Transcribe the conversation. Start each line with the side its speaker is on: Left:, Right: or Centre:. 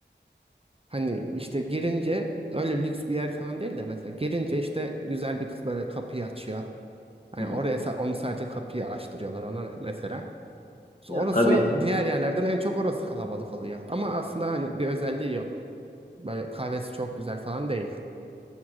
Right: Hani işte girince öyle lüks bir yer falan değil de mesela girince işte güzel bir kız böyle kapıyı açıyor. Hani
Left: hı
Right: oraya
Left: hı.
Right: sa- onu sadece kapıyı açtırıyorlar ona mesela.
Left: Ya
Right: Orası
Left: tabii.
Right: diğer yerlerden en çok orası kalabalık oluyor. Ama aslında hani bir özelliği yok. Böyle kahvesi çok güzel falan değil.